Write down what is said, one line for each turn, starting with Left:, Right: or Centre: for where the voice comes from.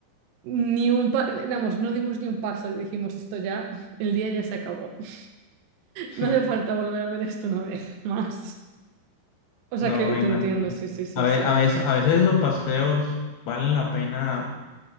Right: Ni un pa- vamos, no dimos ni un paso y dijimos esto ya, <laughs> el día ya se acabó. <laughs>
Left: Hmm,
Right: No hace falta volver a ver esto una vez <laughs> más. O sea
Left: no
Right: que
Left: me
Right: te
Left: imagino.
Right: entiendo, sí, sí, sí,
Left: A ve-
Right: sí.
Left: a veces, a veces esos paseos valen la pena